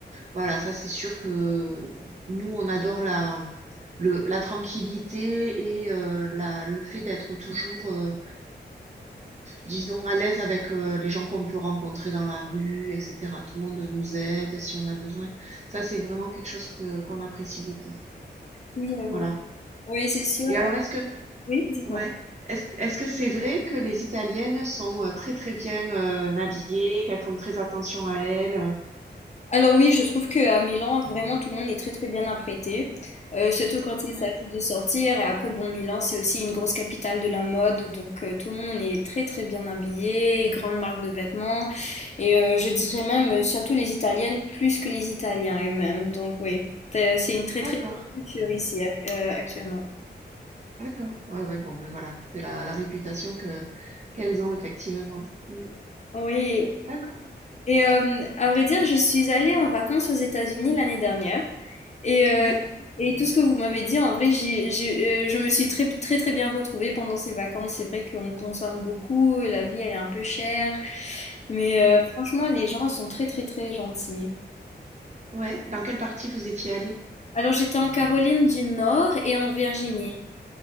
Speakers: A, on the right (about 40°); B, on the left (about 40°).
A: voilà, ça c'est sûr que nous, on adore la, le- la tranquillité et euh, la- le fait d'être toujours, euh, disons, à l'aise avec euh, les gens qu'on peut rencontrer dans la rue, etc. Tout le monde nous aide si on a besoin. Ça, c'est vraiment quelque chose que, qu'on apprécie beaucoup.
B: Oui, euh,
A: Voilà.
B: oui, c'est sûr.
A: Et alors, est-ce que
B: Oui, dites-moi.
A: Ouais. Est-ce, est-ce que c'est vrai que les Italiennes sont euh, très très bien euh, habillées, qu'elles font très attention à elles? euh
B: Alors oui, je trouve qu'à Milan, vraiment, tout le monde est très très bien apprêté. Euh, surtout quand il
A: Ouais.
B: s'agit de sortir. Et après, bon, Milan, c'est aussi une grosse capitale de la mode. Donc euh, tout le monde est très très bien habillé, grande marque de vêtements. Et euh, je dirais même, euh, surtout les Italiennes, plus que les Italiens eux-mêmes. Donc oui, c'est c'est une très
A: D'accord,
B: très bonne culture ici ac- euh, actuellement.
A: d'accord. Ouais, ouais, bon, ben voilà, c'est la, la réputation que qu'elles ont effectivement. Mm.
B: Oui,
A: D'accord.
B: Et euh, à vrai dire, je suis allée en vacances aux États-Unis l'année dernière. Et, euh,
A: Ouais,
B: et tout ce que vous m'avez dit, en vrai, j'ai- j'ai- euh, je me suis très, très, très bien retrouvée pendant ces vacances. C'est vrai qu'on consomme beaucoup, la vie, elle est un peu chère. Mais
A: Oui.
B: euh, franchement, les gens sont très, très, très gentils.
A: ouais. Dans quelle partie vous étiez allé?
B: Alors, j'étais en Caroline du Nord et en Virginie.